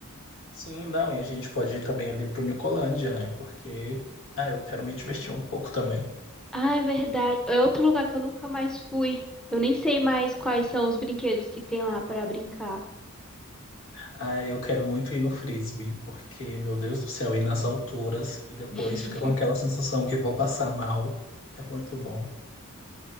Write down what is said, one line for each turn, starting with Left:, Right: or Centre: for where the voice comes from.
Left: Sim, não, e a gente pode ir também ali pro Nicolândia, né? Porque, ah, eu quero me divertir um pouco também.
Centre: Ah, é verdade. É outro lugar que eu nunca mais fui. Eu nem sei mais quais são os brinquedos que tem lá pra brincar.
Left: Ah, eu quero muito ir no frisbee, porque, meu Deus do céu, ir nas alturas e depois
Centre: <laughs>
Left: fica com aquela sensação que vou passar mal. É muito bom.